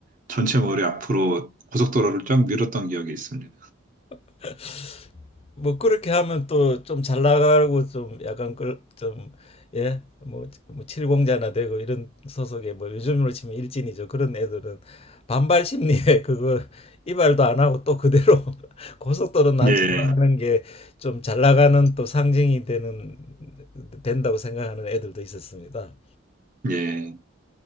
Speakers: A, on the right; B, on the left.
A: 전체 머리 앞으로 고속도로를 쫙 밀었던 기억이 있습니다.
B: <laughs> 뭐 그렇게 하면 또 좀 잘 나가고 좀 약간 좀예뭐 칠공자나 되고 이런 소속의 뭐 요즘으로 치면 일진이죠 그런 애들은 반발 심리에 <laughs> 그거 이발도 안 하고 또 그대로 <laughs> 고속도로 난치하는
A: 예,
B: 게 좀 잘 나가는 또 상징이 되는 된다고 생각하는 애들도 있었습니다.
A: 예.